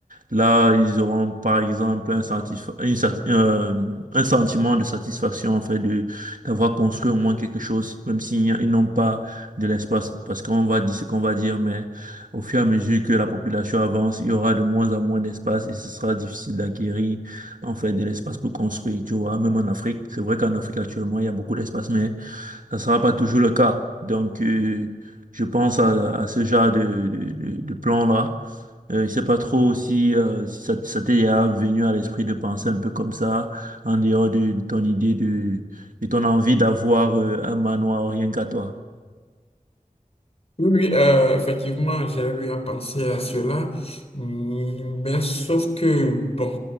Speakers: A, on the right; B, on the left.
A: Là, ils auront par exemple un, satisfa- une sat- euh, un sentiment de satisfaction en fait de d'avoir construit au moins quelque chose, même s'ils n'y- ils n'ont pas de l'espace parce qu'on va dire ce qu'on va dire, mais au fur et à mesure que la population avance, il y aura de moins en moins d'espace et ce sera difficile d'acquérir en fait de l'espace pour construire, tu vois, même en Afrique. C'est vrai qu'en Afrique actuellement, il y a beaucoup d'espace, mais ça ne sera pas toujours le cas. Donc, euh, je pense à, à ce genre de, de, de, de plan-là. Euh, je ne sais pas trop si, euh, si ça, ça t'est déjà venu à l'esprit de penser un peu comme ça, en dehors de ton idée de, de ton envie d'avoir euh, un manoir rien qu'à toi.
B: Oui, oui, euh, effectivement, j'ai eu à penser à cela, Mm, mais sauf que, bon,